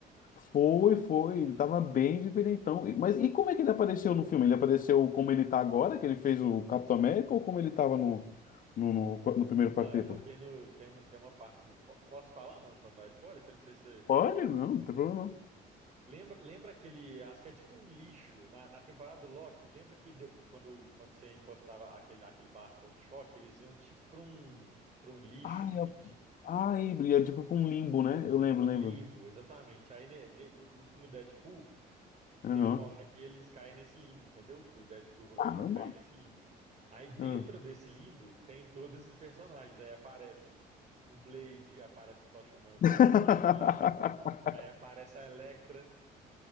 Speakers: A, on the left (about 55°); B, on the right (about 40°).
A: Foi, foi. Ele tava bem diferentão. E- Mas e como é que ele apareceu no filme? Ele apareceu como ele tá agora, que ele fez o Capitão América, ou como ele tava no, no, no, no primeiro
B: Então,
A: quarteto?
B: é porque no, tem, uma, tem uma parte do. po- Posso falar, mano, pra não dar spoiler? Que eu não sei se. você-
A: Pode? Não, não tem problema não.
B: Lembra, lembra aquele. Acho que é tipo um lixo. Na, na temporada do Loki, lembra que de- quando, quando você encostava aquele, aquele bastão de choque, eles iam tipo pra um, pra um lixo
A: Ah, é,
B: que ti-
A: ah, é, e é tipo com um limbo, né? Eu lembro,
B: Um
A: lembro.
B: limbo, exatamente. Aí ne- ne- no, no filme do Deadpool,
A: Aham.
B: tem uma hora que eles caem nesse limbo, entendeu? Que o Deadpool e o Wolverine
A: Caramba.
B: caem nesse limbo. Aí dentro
A: Hum.
B: desse limbo tem todos esses personagens. Aí aparece o- o Blade, aparece o Tocha Humana do
A: <laughs>
B: Quarteto Fantástico, aí aparece a Elektra,